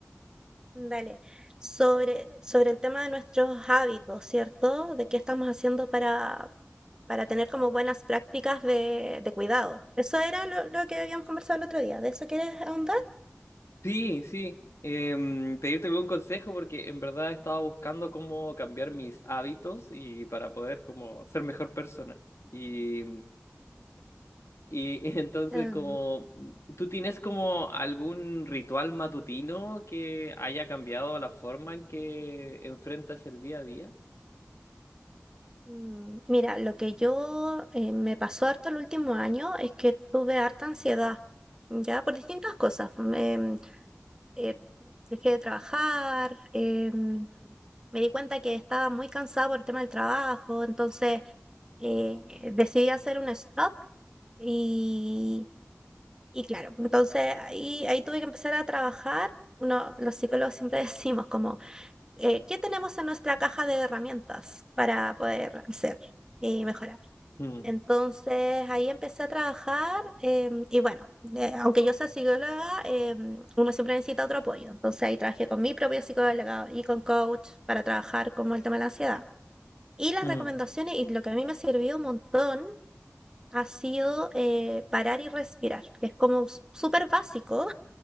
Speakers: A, on the right (about 15°); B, on the left (about 70°).
A: Dale. Sobre, sobre el tema de nuestros hábitos, ¿cierto? De qué estamos haciendo para, para tener como buenas prácticas de, de cuidado. Eso era lo, lo que habíamos conversado el otro día. ¿De eso quieres ahondar?
B: Sí, sí. em, pedirte algún consejo porque en verdad estaba buscando cómo cambiar mis hábitos y para poder como ser mejor persona. Y Y <laughs> entonces,
A: Em,
B: como, ¿tú tienes como algún ritual matutino que haya cambiado la forma en que enfrentas el día a día?
A: mm, mira, lo que yo eh, me pasó harto el último año es que tuve harta ansiedad, ya por distintas cosas. Me, em, eh, dejé de trabajar, em, Me di cuenta que estaba muy cansada por el tema del trabajo, entonces eh, decidí hacer un stop y, y claro, entonces ahí, ahí tuve que empezar a trabajar. Uno, los psicólogos siempre <laughs> decimos como, eh, ¿qué tenemos en nuestra caja de herramientas para poder hacer y mejorar?
B: Mm,
A: Entonces ahí empecé a trabajar em, y bueno, eh, aunque yo sea psicóloga, em, uno siempre necesita otro apoyo. Entonces ahí trabajé con mi propia psicóloga y con coach para trabajar como el tema de la ansiedad. Y las
B: mm,
A: recomendaciones y lo que a mí me ha servido un montón ha sido eh, parar y respirar, que es como s- súper básico,